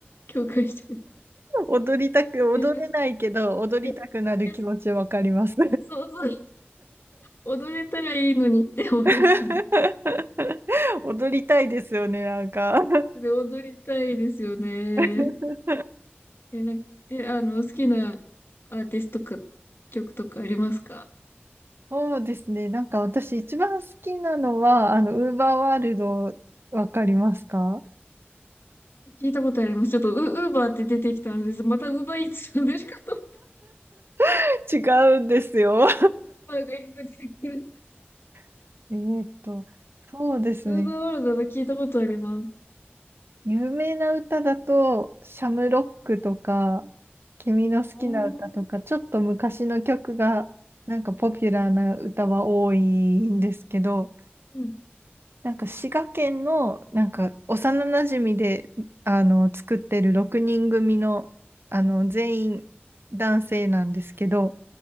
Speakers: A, on the left (about 65°); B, on the right (about 65°).
A: 共感してくれて。
B: 踊りたく、踊れないけど、
A: いや、い
B: 踊りたくなる気持ちわかります。
A: や、いやそうそう。踊れたらいいのにって思いますね。
B: <laughs> 踊りたいですよね、なんか。
A: で、踊りたいですよね。
B: <laughs>
A: いや、なんか、え、あの、好きなアーティストとか、曲とかありますか
B: そうですね、なんか私一番好きなのは、あの、ウーバーワールド、わかりますか
A: 聞いたことあります。ちょっとウ、ウーバーって出てきたのです。またウーバーイーツなんですかと
B: <laughs> 違うんですよ。
A: あ、外国出てくる。
B: <laughs> えーっと、そうですね。
A: ウーバーワールドで聞いたことあります。
B: 有名な歌だと、シャムロックとか、君の好きな歌とか、
A: あー
B: ちょっと昔の曲が、なんかポピュラーな歌は多いんですけど、
A: うん。
B: なんか滋賀県の、なんか幼なじみで、あの、作ってる6人組の、あの、全員男性なんですけど、